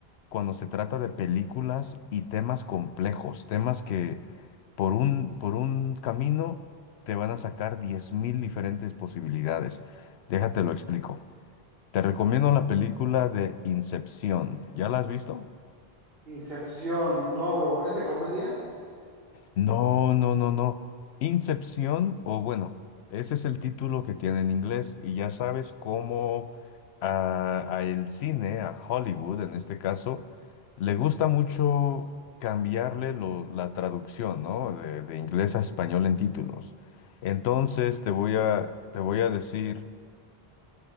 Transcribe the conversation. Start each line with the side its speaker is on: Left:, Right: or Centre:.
Left: cuando se trata de películas y temas complejos, temas que por un, por un camino te van a sacar 10.000 diferentes posibilidades. Déjate lo explico. Te recomiendo la película de Incepción. ¿Ya la has visto?
Right: Incepción, no, bro. ¿Es de comedia?
Left: No, no, no, no. Incepción, o bueno, ese es el título que tiene en inglés y ya sabes cómo a, a el cine, a Hollywood en este caso, le gusta mucho cambiarle lo- la traducción, ¿no? De, de inglés a español en títulos. Entonces te voy a, te voy a decir,